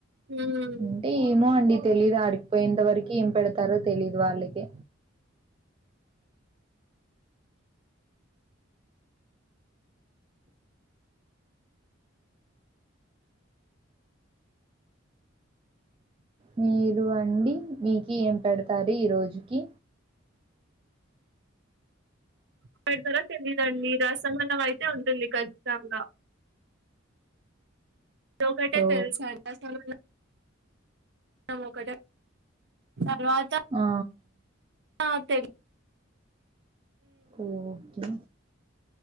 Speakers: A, on the right; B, on the right.
A: ఉమ్
B: అంటే ఏమో అండి తెలీదు ఆడికిపోయేంత వరకు ఏం పెడతారో తెలీదు వాళ్ళకే మీరు అండి మీకి ఏం పెడతారు ఈ రోజుకి
A: ఏం పెడతారో తెలీయదండి రసం అన్నం అయితే ఉంటుంది ఖచ్చితంగా లోకటే
B: ఓ
A: తెలుసంట సార్ అందరం ఒకటే తర్వాత
B: ఆ
A: ఆ తే
B: ఓకే